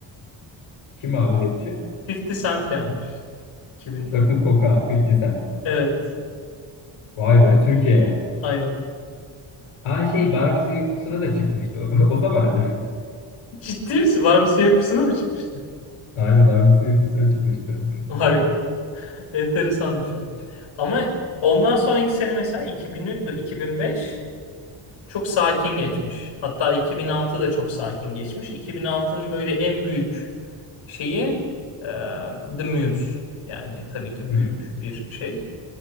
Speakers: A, on the left; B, on the left.
A: Kim abi rapçi?
B: 50 Cent gelmiş 2004.
A: Rock'n Coca, 50 Cent.
B: Evet.
A: Vay be Türkiye'ye.
B: Aynen.
A: Aa şey Var mısın yok musuna da çıkmıştı o, <laughs> o zaman acaba.
B: Ciddi misin? Var mısın yok musun mı çıkmıştı?
A: <laughs> Aynen Var mısın yok musuna çıkmıştı
B: Vay
A: 50 Cent.
B: be. Enteresan bir şey. Ama ondan sonraki sene mesela 2003, 2005 Çok sakin geçmiş. Hatta 2006 da çok sakin geçmiş. 2006'nın böyle en büyük şeyi e, The Muse. Yani tabii ki
A: Hmm.
B: büyük bir şey.